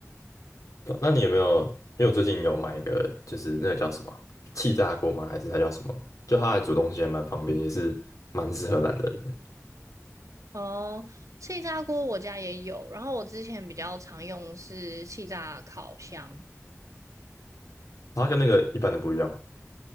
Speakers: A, on the left; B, on the right.
A: 不那你有没有？因为我最近有买一个，就是那个叫什么啊气炸锅吗？还是它叫什么？就它来煮东西也蛮方便，也是蛮适合懒人的。
B: 哦，气炸锅我家也有，然后我之前比较常用是气炸烤箱，
A: 它跟那个一般的不一样嘛。